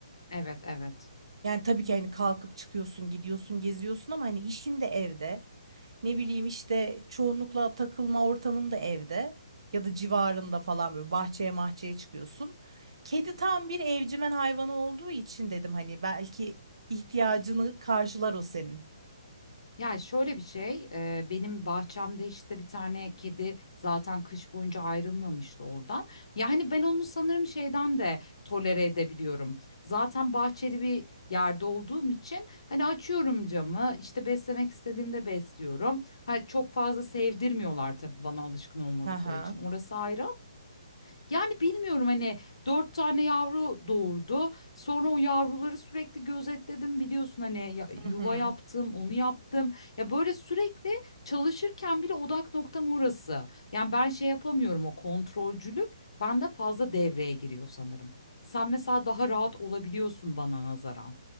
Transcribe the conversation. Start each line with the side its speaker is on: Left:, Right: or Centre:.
Left: Evet, evet.
Right: Yani tabii ki hani kalkıp çıkıyorsun, gidiyorsun, geziyorsun ama hani işin de evde. Ne bileyim işte çoğunlukla takılma ortamın da evde ya da civarında falan böyle bahçeye mahçeye çıkıyorsun. Kedi tam bir evcimen hayvanı olduğu için dedim hani belki ihtiyacını karşılar o senin.
Left: Yani şöyle bir şey, e, benim bahçemde işte bir tane kedi zaten kış boyunca ayrılmamıştı oradan. Yani ben onu sanırım şeyden de tolere edebiliyorum. Zaten bahçeli bir yerde olduğum için hani açıyorum camı, işte beslemek istediğimde besliyorum. Ha, çok fazla sevdirmiyorlar tabii bana alışkın olmadıkları
Right: Hı hı.
Left: için. Orası ayrı yani bilmiyorum hani dört tane yavru doğurdu. Sonra o yavruları sürekli gözetledim biliyorsun hani ya- yuva
Right: Hı hı.
Left: yaptım, onu yaptım. Ya böyle sürekli çalışırken bile odak noktam orası. Yani ben şey yapamıyorum o kontrolcülük bende fazla devreye giriyor sanırım. Sen mesela daha rahat olabiliyorsun bana nazaran.